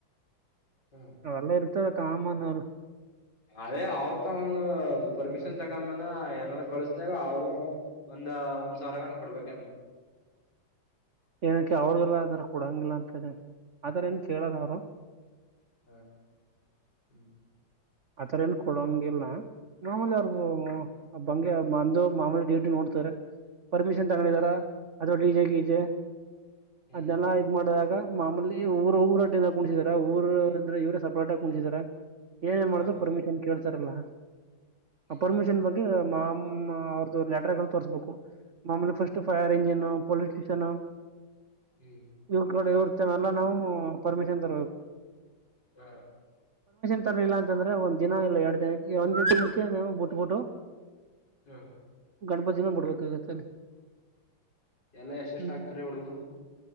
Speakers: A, on the left; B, on the right.
A: ಹ್ಮ್
B: ಎಲ್ಲ ಇರು <unintelligible>
A: ಅದೇ ಅವ್ರ ತ ಒಂದು ಪರ್ಮಿಶ್ ತಕಂದ್ಮೇಲೆ ಯಾರನ್ನ ಕಳಸ್ತಾಗ ಅವ್ರಗೂ ಒಂದ ಒಂದ್ ಸಾವರಗನ್ ಕೊಡ್ಬೇಕೇನ
B: ಏನಕ್ಕೆ ಅವ್ರಿಗೆಲ್ಲ ಅದರ ಕೊಡಂಗಿಲ್ಲ ದ ಆದರ ಏನ್ ಕೇಳಾರ ಅವರು
A: ಹಾ ಹ್ಮ್
B: ಆತರ ಏನ್ ಕೊಡಂಗಿಲ್ಲ ಮಾಮೂಲಿ ಅವ್ರ ಬಂಗಗೆ ಅಂದು ಮಾಮೂಲಿ ಡ್ಯೂಟಿ ನೋಡ್ತಾರೆ ಪರ್ಮಿಷನ್ ತಗೊಂಡಿದಾರ
A: ಹ್ಮ್
B: ಅಥವಾ ಡಿ ಜೆ ಗಿ ಜೆ
A: ಹ್ಮ್
B: ಅದ್ನ್ನೆಲ್ಲ ಇದ ಮಾಡಿದಾಗ ಮಾಮೂಲಿ ಊರು ಊರ ಆಟಿಂದ ಕುಣ್ಸಿದಾರ ಊರು ಅಂದ್ರೆ ಇವರೇ ಸಪರೇಟ ಆ ಕುಣಸಿದಾರ <unintelligible> ಉತ್ತರಲ
A: ಹಾ ಹ್ಮ್
B: ಪರ್ಮಿಷನ್ ಬಗ್ಗೆ ಮಾ ಮಾ ಅವ್ರ ಲೆಟರ್ ಗಳು ತೋರ್ರಿಸ್ಬೇಕು ಮಾಮೂಲಿ ಫಸ್ಟ್ ಫೈರ್ ಎಂಜಿನ್ ಪೊಲಿಟಿಷಿಯನ್
A: ಹ್ಮ್
B: ಇವ್ರು ಕಡ ಇವರು ಇಲ್ಲ ನಾವು ಪರ್ಮಿಷನ್ ತರಬೇಕು
A: ಹಾ
B: ಸಲ್ಲ ಂದ್ರೆ ಒಂದ್ ದಿನ ಇಲ್ಲ ಎರಡ್ ದಿನಕ್ಕೆ ಒಂದ್ೆರಡು ದಿನಕ್ಕೆವು ಬಿಟ್ಬಿಟ್ಟು
A: ಹಾ
B: ಗಣಪತಿಿನ ಬಿಡ್ಬೇಕಾಗತ್ತೆ ಅಲ್ಲಿ
A: ಎಲ್ಲಾ ಎಷ್ಟ ಎಷ್ಟ
B: ಹ್ಮ್
A: ಆಗ್ತಾರ ಹುಡರು